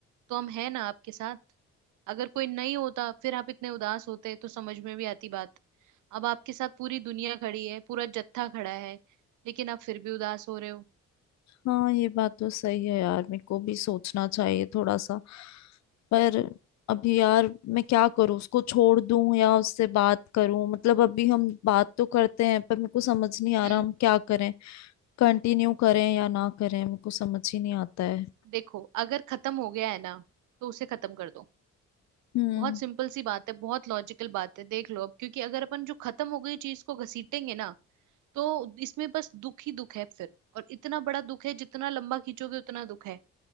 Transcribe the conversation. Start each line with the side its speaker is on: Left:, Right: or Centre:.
Right: तो हम हैं ना आपके साथ अगर कोई नहीं होता फिर आप इतने उदास होते तो समझ में भी आती बात अब आपके साथ पूरी दुनिया खड़ी है पूरा जत्था खड़ा है लेकिन आप फिर भी उदास हो रहे हो
Left: हाँ ये बात तो सही है यार मेरे को भी सोचना चाहिए थोड़ा सा पर अभी यार मैं क्या करूँ उसको छोड़ दूं या उससे बात करूं मतलब अभी हम बात तो करते हैं पर मेरे को समझ नहीं आ
Right: हम्म
Left: रहा हम क्या करें कंटिन्यू करें या ना करें मेरे को समझ ही नहीं आता है
Right: देखो अगर खत्म हो गया है ना तो उसे खत्म कर दो
Left: हम्म
Right: बहुत सिंपल सी बात है बहुत लॉजिकल बात है देख लो अब क्योंकि अगर अपन जो खत्म हो गई चीज को घसीटेंगे ना तो इसमें बस दुख ही दुख है फिर और इतना बड़ा दुख है जितना लंबा खींचोगे उतना दुख है